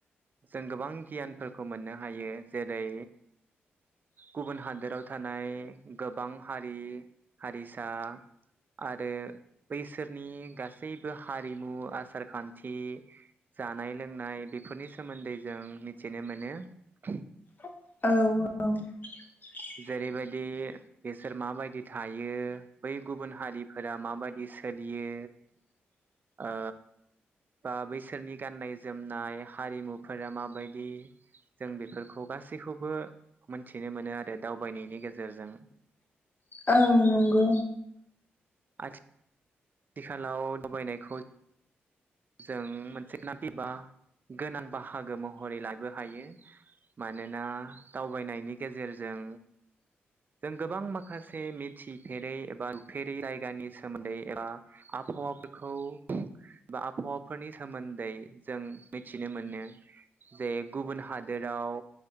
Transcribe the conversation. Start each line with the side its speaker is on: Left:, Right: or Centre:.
Right: जों गोबां गियानफोरखौ मोननो हायो जेरै गुबुन हादोराव थानाय। गोबां हारि हारिसा आरो बैसोरनि गासैबो हारिमु आसार खान्थि जानाय लोंनाय बेफोरनि सोमोन्दै जों मिथिनो मोनो ।
Left: औ औ।
Right: जेरैबायदि। बेसोर माबायदि थायो बै गुबुन हारिफोरा माबायदि सोलियो ओ बा बैसोरनि गाननाय जोमनाय हारिमुफोरा माबायदि जों बेफोरखौ गासैखौबो मोनथिनो मोनो आरो दावबायनायनि गेजेरजों।
Left: औ नंगौ।
Right: आथि थिखालाव दावबायनायखौ जों मोनसे गोनांथि एबा गोनां बाहागो महरै लाबो हायो मानोना दावबायनायनि गेजेरजों जों गोबां माखासे मिथिफेरै बा नुफेरि जायगानि सोमोन्दै एबा आबफावाफोरखौ बा आबफावाफोरनि सोमोन्दै जों मिथिनो मोनो जे गुबुन हादोराव।